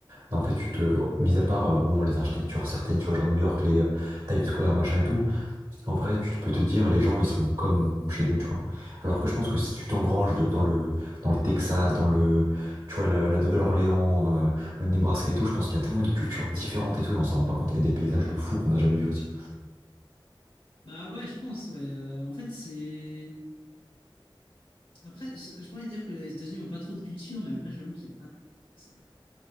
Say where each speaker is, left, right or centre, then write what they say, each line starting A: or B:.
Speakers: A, on the right; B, on the left.
A: Mais en fait, tu te, mis à part, euh, bon, les architectures certaines, tu vois, genre New York, les euh, Times Square, machin et tout, En vrai, tu te- peux te dire, les gens, ils sont comme chez nous, tu vois. Alors que je pense que si tu t'engranges de- dans le, dans le Texas, dans le, tu vois, la, la Nouvelle-Orléans, euh, le Nebraska et tout, je pense qu'il y a tellement de cultures différentes et tout, et on s'en rend pas compte, et des paysages de fou qu'on n'a jamais vus aussi.
B: Bah ouais, je pense, ouais. Euh, en fait, c'est. Après, c'est- je pourrais dire que les États-Unis ont pas trop de culture, mais après, j'avoue qu'il n'y a pas tant que ça.